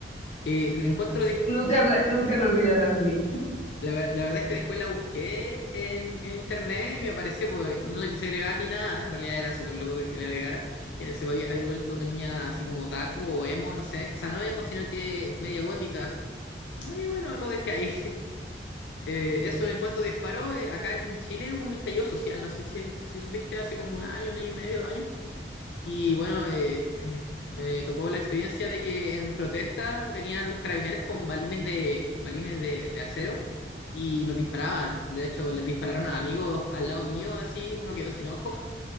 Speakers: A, on the left; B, on the left.
A: Y encuentro, dif-
B: nunca, la- nunca lo olvidarás, dije.
A: la, ver- la verdad es que después la busqué en, en internet y me apareció, pues no le quise agregar ni nada, en realidad era súper loco que, que le agregara. Y en ese había, había vuelto una niña así como otaku o emo, no sé, o sea, no emo, sino que media gótica. Y bueno, lo dejé ahí. Eh, eso en cuanto disparó, eh, acá en Chile hubo un estallido social, no sé si, si supiste hace como un año, un año y medio, dos años. Y bueno, eh, eh, me tocó la experiencia de que en protesta venían los carabineros con balines de, balines de, de acero y nos disparaban. De hecho, les dispararon a amigos al lado mío, así, uno quedó sin ojos.